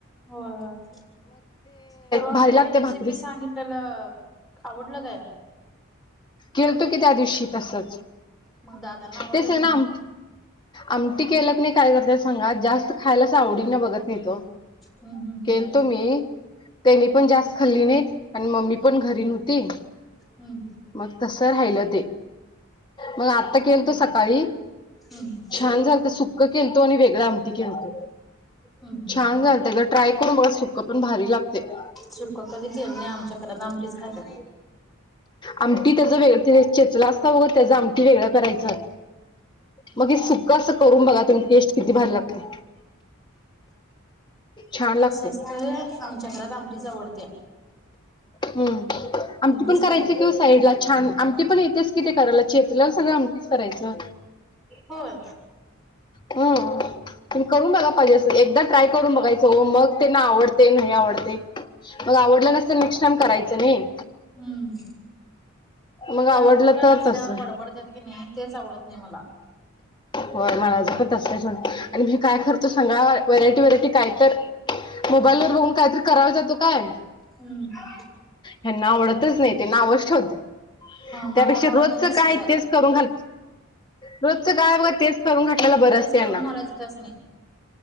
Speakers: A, in the centre; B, on the left.
A: होय होय परवा
B: भारी
A: मी
B: लागते
A: रेसिपी
B: भाकरीच
A: सांगित त्याला आवडलं काय?
B: केलतो की त्या दिवशी तसच
A: मग दादांना आवडलं
B: तेच
A: की नाही
B: ना आम आमटी केलं क नऐ काय करतयात सांगा जास्त खायलाच आवडी ना बघत नाय तो.
A: हम्म हम्म हम्म
B: केलतो मी त्यानी पण जास्त खाल्ली नाहीत आणि मम्मी पण घरी नव्हती.
A: हम्म
B: मग तस राहिलं ते मग आता केलतो
A: हम्म
B: सकाळी
A: हम्म
B: छान झालत सुकं केलतो आणि वेगळा आमटी केलतो
A: हम्म हम्म
B: छान झालत जर ट्राय करू बघा सुकं पण भारी लागतय
A: सुकं कधी केलं नाई आमच्या घरात न आमटीच खातात.
B: आमटी त्याचं वे ते चेचला असता बघ त्याचं आमटी वेगळं करायचं. मग हे सुकं असं करून बघा तुमी टेस्ट किती भारी लागते. छान लागते
A: कसं असतया आमच्या घरात आमटीच आवडतीया.
B: हम्म आमटी
A: आमटीच
B: पण करायची
A: खात्यात
B: ते साईड ला छान आमटी पन येतेच कि ते करायला चेप तुला सगळं आमटीच करायचं
A: होय
B: हां. तुम्ही करून बघा पाहिजे असं एकदा ट्राय करून बगायचं ओ मग तेना आवडते नाही आवडते मग आवडलं नसतं नेक्स्ट टाइम करायचं नई.
A: हम्म
B: मग
A: ते आवडलं
B: तर
A: नसल्यावर
B: तसं
A: बडबडतयात की नअई तेच आवडत नाय मला.
B: वय मलाज पण तसच आणि मी काय करतो सांगा वरायटी वरायटी काय तर मोबाईल वर बघून कायतरी करायला जातो काय?
A: हम्म
B: हेंना आवडतच नई ते नावष्ट ठेवतेत
A: माझा
B: त्यापेक्षा
A: नवरा
B: रोजच
A: पण तसच
B: कायहाय
A: आहे
B: तेच करून घाल रोजच काय आहे बघा तेच. करून घातलेल बरं
A: तेच
B: असतय,
A: करून
B: यांना
A: घालायचं त्यासनी